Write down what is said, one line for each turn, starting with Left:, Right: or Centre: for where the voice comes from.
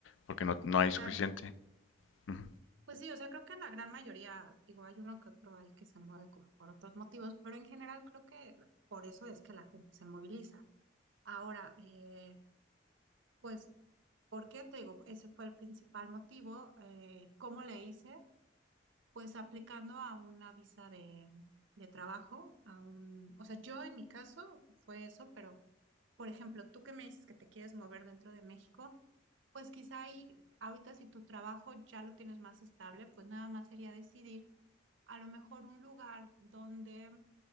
Left: porque no, no hay suficiente.
Right: Claro,
Left: Ujú.
Right: pues sí, o sea, creo que la gran mayoría, digo, hay uno que otro ahí que se mueve como por otros motivos, pero en general creo que por eso es que la gente se moviliza. Ahora, eh, pues ¿Por qué? Te digo, ese fue el principal motivo. Eh, ¿cómo le hice? Pues aplicando a una visa de, de trabajo. a un- o sea, yo en mi caso fue eso, pero por ejemplo, tú que me dices que te quieres mover dentro de México, pues quizá ahí, ahorita si tu trabajo ya lo tienes más estable, pues nada más sería decidir a lo mejor un lugar donde